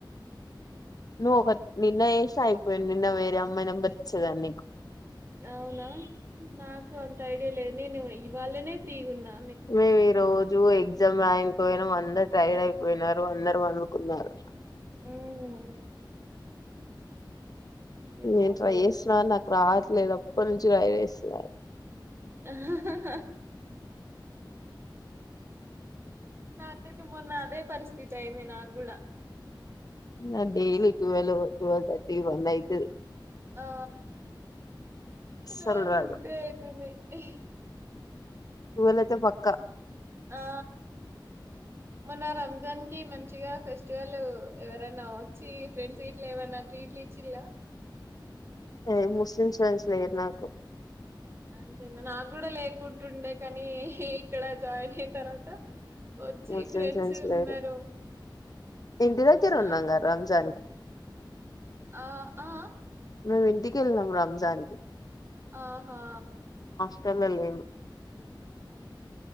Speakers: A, on the left; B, on the right.
A: నువ్వు ఒక నిన్న ఏషిన అయిపోయేది నిన్న వేరే అమ్మాయి నెంబర్ ఇచ్చేదాన్ని నీకు
B: అవునా నాకు అంత ఐడియా లేన్ నిను ఇవాళనే ఫ్రీ గా ఉన్నా
A: మేము ఈ రోజు ఎగ్జామ్ రాయినకి పోయినం అందరు టైడ్ అయిపోయినారు అందరు పండుకున్నారు
B: ఉమ్ అయ్య
A: ఇవి
B: బాబోయ్
A: ఏంటి రా <unintelligible> రావట్లేదు అప్పటి నుంచి ట్రై చేస్తున్నారు
B: ఆ హ హ నాతోటి మొన్న అదే పరిస్థితి అయినె నాక్కూడా
A: నాకు daily twelve twelve thirty one అయితాది
B: ఆ
A: అస్సలు
B: రోజు
A: రాదు
B: ఇంతే అయితుంది ఇహ్
A: నీను అయితే పక్కా
B: ఆ మొన్న రంజాన్ కి మంచిగా ఫెస్టివల్ ఎవరైనా వచ్చి ఫ్రెండ్స్ గీట్ల ఏవన్నా ట్రీట్లు ఇచ్చిల్ల
A: ఏ ముస్లిమ్స్ ఫ్రెండ్స్ లేరు నాకు
B: దానికేం నాగూడ లేద్ ఉండే కానీ ఇక్కడ జాయిన్ అయి తరవాత వచ్చి
A: ముస్లిం
B: ఫ్రెండ్స్ ఉన్నారు
A: లేరు ఇంటి దగ్గర
B: నా
A: ఉన్నాంగా రంజాన్ కి
B: ఆ ఆ
A: మిము ఇంటికి వెళ్ళినాం రంజాన్ కి
B: ఆహా
A: హాస్టల్ లో లేన్